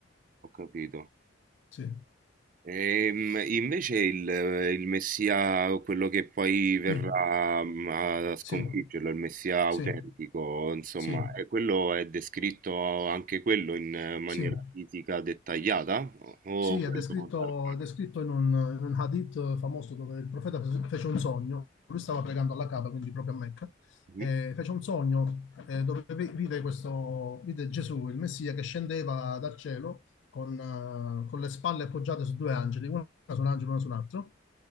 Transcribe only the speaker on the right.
Ho capito.
Ehm, invece il, il messia, quello che poi verrà
mm, a sconfiggerlo,
il messia autentico,
insomma,
è- quello è descritto anche quello in eh, maniera
fisica dettagliata? O
quello
sarà-
Mhm.